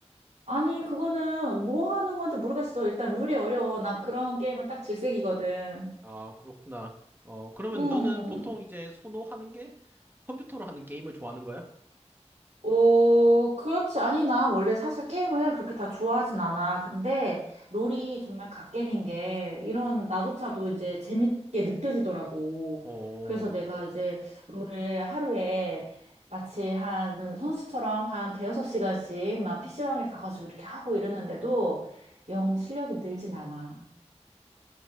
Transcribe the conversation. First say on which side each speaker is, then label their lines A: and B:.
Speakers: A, on the right; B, on the right.
A: 아니, 그거는 뭐 하는 건지 모르겠어. 일단 룰이 어려워. 나 그런 게임을 딱 질색이거든.
B: 아, 그렇구나. 어, 그러면
A: 음.
B: 너는 보통 이제 선호하는 게 컴퓨터로 하는 게임을 좋아하는 거야?
A: 어, 그렇지. 아니, 나 원래 사실 게임을 그렇게 다 좋아하진 않아. 근데 롤이 정말 갓겜인 게 이런 나조차도 이제 재밌게 느껴지더라고.
B: 어.
A: 그래서 내가 이제 롤을 하루에 마치 한 선수처럼 한 대여섯 시간씩 막 PC방에 가가지고 이렇게 하고 이러는데도 영 실력이 늘진 않아.